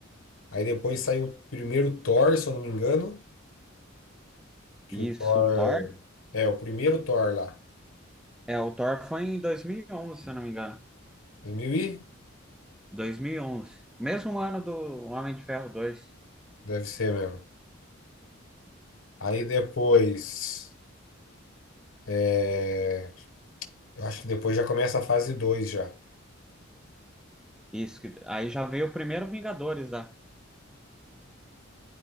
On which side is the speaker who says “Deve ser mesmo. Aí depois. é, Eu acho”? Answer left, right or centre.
Left